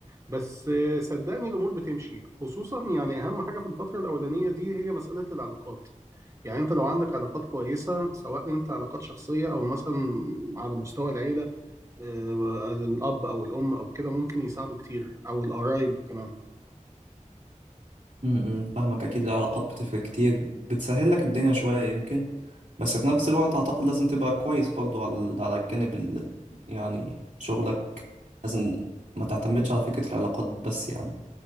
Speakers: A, on the right; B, on the right.
A: بس آه، صدقني الامور بتمشي خصوصا يعني اهم حاجه في الفتره الاولانيه دي هي مساله العلاقات يعني انت لو عندك علاقات كويسه سواء انت علاقات شخصيه او مثلا على مستوى العيله آه، الاب او الام او كده ممكن يساعدوا كتير او القرايب كمان
B: امم فاهمك اكيد العلاقات بتفرق كتير بتسهل لك الدنيا شوية يمكن بس في نفس الوقت اعتقد لازم تبقى كويس برضو على على الجانب ال... يعني شغلك لازم ما تعتمدش على فكرة العلاقات بس يعني